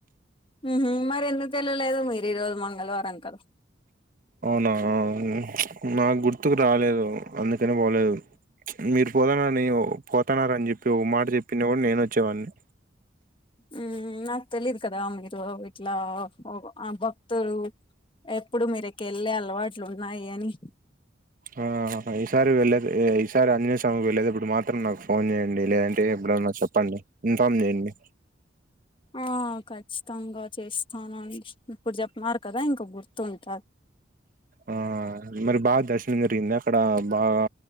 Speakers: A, on the left; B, on the right.
A: ఉహు మరి ఎందుకు తెల్వలేదు మీరు ఈ రోజు మంగళవారం కద.
B: అవునా అవును ప్చ్ నాకు గుర్తుకు రాలేదు అందుకని పోలేదు. ప్చ్ మీరు పోతానని ఓ పోతనార అని చెప్పి ఓ మాట చెప్పిన గుడా నేను వొచ్చేవాడిని.
A: మ్ నాకు తెలీదు కదా మీరు ఇట్లా ఆ ఆ భక్తులు. ఎప్పుడు మీరేకి వెళ్ళే అలవాట్లు ఉన్నాయి అని.
B: ఆ ఈసారి వెళ్లేేది ఈసారి ఆంజనేయ స్వామి కి వెళ్లేేది ఎప్పుడు మాత్రం నాకు ఫోన్ చేయండి, లేదంటే ఎప్పుడన్నా చెప్. ప్పండి ఇన్ఫమ్ చేయండి.
A: ఆ కచ్చితంగా చేస్తానని ఇప్పుడు చెప్నారు కదా ఇంక గుర్తుంటది.
B: ఆ మరి బాగా దర్శనం జరిగింద అక్కడ బాగా